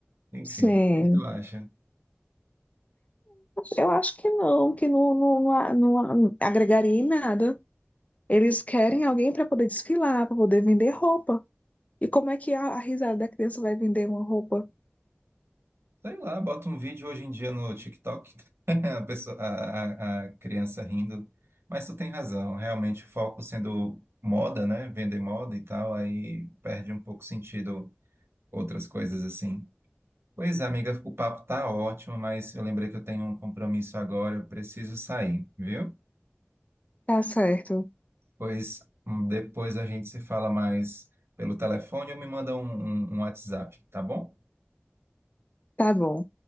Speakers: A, on the right; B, on the left.
A: Enfim,
B: sim.
A: o que tu acha?
B: Eu acho que não, que não, não, não, não agregaria em nada. Eles querem alguém para poder desfilar, para poder vender roupa. E como é que a, a risada da criança vai vender uma roupa?
A: Sei lá, bota um vídeo hoje em dia no TikTok, <laughs> a pessoa, a, a, a criança rindo. Mas tu tem razão, realmente o foco sendo moda, né? Vender moda e tal, aí perde um pouco sentido outras coisas assim. Pois é, amiga, o papo tá ótimo, mas eu lembrei que eu tenho um compromisso agora, eu preciso sair, viu?
B: Tá certo,
A: Pois hum, depois a gente se fala mais pelo telefone ou me manda um, um um WhatsApp, tá bom?
B: tá bom.